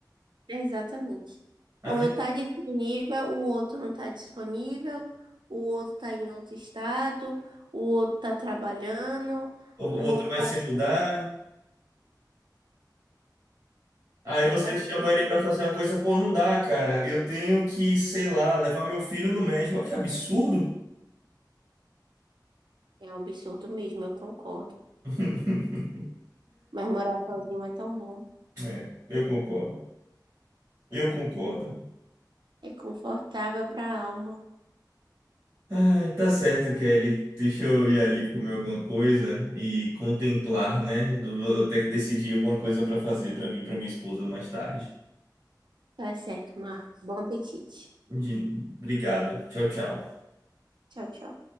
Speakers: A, on the right (about 80°); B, on the right (about 35°).
A: Exatamente.
B: A
A: Quando
B: vida,
A: está disponível, o outro não está disponível, o outro está em outro estado, o outro está trabalhando,
B: o o
A: o outro
B: outro vai
A: tá.
B: se mudar. Aí
A: É
B: você
A: um processo,
B: chama ele
A: né?
B: pra fazer uma coisa, pô, não dá, cara. Eu tenho que, sei lá, levar meu filho no médico. Olha que absurdo.
A: É um absurdo mesmo, eu concordo.
B: <laughs>
A: Mas morar sozinho é tão bom.
B: É, eu concordo. Eu concordo.
A: É confortável para a alma.
B: Ai, tá certo, Kelly. Deixa eu ir ali comer alguma coisa e contemplar, né? Eu Vou ter que decidir alguma coisa pra fazer pra mim, e pra minha esposa mais tarde.
A: Tá certo, Marcos. Bom apetite.
B: De- Obrigado. Tchau, tchau.
A: Tchau, tchau.